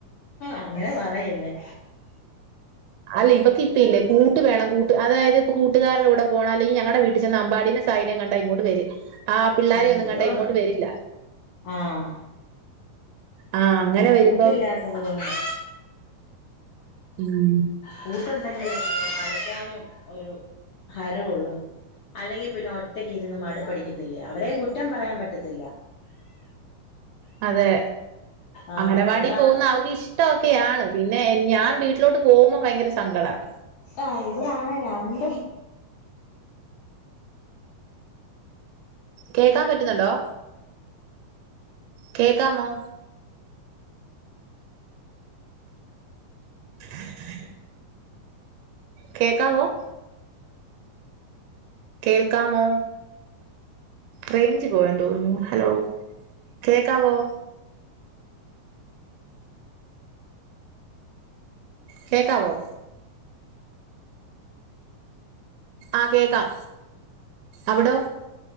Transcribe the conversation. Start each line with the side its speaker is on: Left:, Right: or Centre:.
Left: അങ്ങനെ പറയല്ലേ
Right: അല്ല ഇവക്ക ഇപ്പ ഇല്ലേ കൂട്ടു വേണം കൂട്ട് അതായത് ഇപ്പോ കൂട്ടുകാരുടെ പോകണം അല്ലെങ്കിൽ ഞങ്ങളുടെ വീട്ടിൽ ചെന്ന അമ്പാടിനെ തൈനം കണ്ട ഇങ്ങോട് വര് ആ പിള്ളാരെ
Left: അയ്യോ
Right: ഒന്നും കണ്ട ഇങ്ങോട്ട് വരില്ല
Left: ആഹ്
Right: ആഹ് അങ്ങനെ വരുമ്പം
Left: കൂട്ടില്ലാത്തത് കൊണ്ടാ
Right: ഉം
Left: കൂട്ടുണ്ടെങ്കിൽ കളിക്കാനും ഒരു ഹരം ഉള്ളൂ അല്ലെങ്കിൽ പിന്നെ ഒ ഒറ്റക്ക് ഇരുന്ന് മടുപ്പ് പിടിക്കത്തില്ലേ അവരേയും കുറ്റം പറയാൻ പറ്റത്തില്ല
Right: അതെ
Left: ആഹ്
Right: അങ്ങനവാടി
Left: ഇവിടാ
Right: പോകുന്ന അവക്ക് ഇ ഇഷ്ട ഒക്കെയാണ് പിന്നെ ഞാൻ വീട്ടിലോട്ട് പോകുമ്പോ ഭയങ്കര സങ്കടമാണ്
Left: ആഹ് ഇവടെ ആണ് രണ്ടും
Right: കേക്കാൻ പറ്റുന്നുണ്ടോ കേക്കാമോ <inaudible> കേക്കാവോ കേൾക്കാമോ റേഞ്ച് പോവാൻ തോന്നുന്നു ഹലോ കേക്കാവോ കേക്കാവോ ആഹ് കേക്കാം അവിടോ